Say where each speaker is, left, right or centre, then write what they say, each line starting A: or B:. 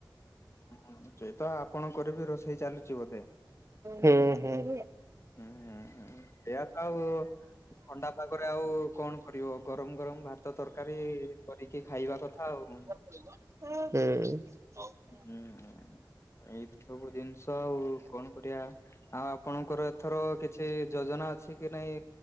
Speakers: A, on the left; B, on the right.
A: ହୁଁ ସେଇତ ଆପଣଙ୍କର ବି ରୋଷେଇ ଚାଲୁଛି ବୋଧେ?
B: ହୁଁ ହୁଁ।
A: ହୁଁ ହୁଁ ସେଇଆ ତ ଆଉ ଥଣ୍ଡା ପାଗରେ ଆଉ କଣ କରିବ ଗରମ ଗରମ ଭାତ ତରକାରୀ କରି କି ଖାଇବା କଥା ଆଉ।
B: ହୁଁ।
A: ହୁଁ ଏଇ ତ ସବୁ ଜିନିଷ ଆଉ କଣ କରିବା। ଆଉ ଆପଣଙ୍କର ଏଥର କିଛି ଯୋଜନା ଅଛି କି ନାଇଁ?